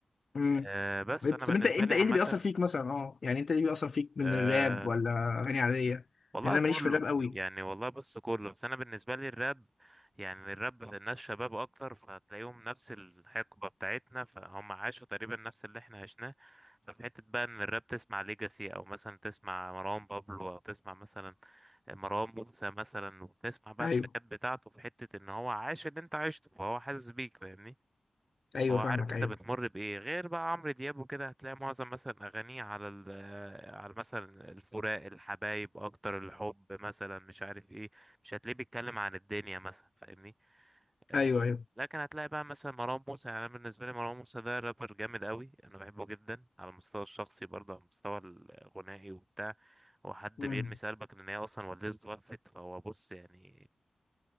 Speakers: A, on the left (about 60°); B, on the right (about 20°).
A: امم
B: أه بس فأنا بالنسبة
A: طب انت انت
B: لي
A: ايه
B: عامة
A: اللي بيأثر فيك مثلا اه يعني انت ايه اللي بيأثر فيك من
B: أه
A: الراب ولا اغاني عاديه
B: والله
A: لان انا
B: كله
A: ماليش في الراب قوي
B: يعني والله بص كله بس أنا بالنسبة لي الراب يعني الراب ناس شباب أكتر فتلاقيهم نفس الحقبة بتاعتنا فهم عاشوا تقريبا نفس اللي احنا عشناه ففي حتة بقى إن الراب تسمع ليجاسي أو مثلا تسمع مروان بابلو أو تسمع مثلا مروان موسى مثلا وبتسمع بقى
A: ايوه
B: التراكات بتاعته في حتة ان هو عاش اللي انت عشته فهو حاسس بيك فاهمني
A: ايوه
B: فهو عارف
A: فاهمك
B: انت
A: ايوه
B: بتمر بايه غير بقى عمرو دياب وكده هتلاقي معظم مثلا اغانيه على ال على مثلا الفراق الحبايب اكتر الحب مثلا مش عارف ايه مش هتلاقيه بيتكلم عن الدنيا مثلا فاهمني آه،
A: ايوه ايوه
B: لكن هتلاقي بقى مثلا مروان موسى يعني انا بالنسبه لي مروان موسى ده رابر جامد قوي انا بحبه جدا على المستوى الشخصي برضه على المستوى الغنائي وبتاع هو حد
A: امم
B: بيلمس قلبك ان هي اصلا والدته توفت فهو بص يعني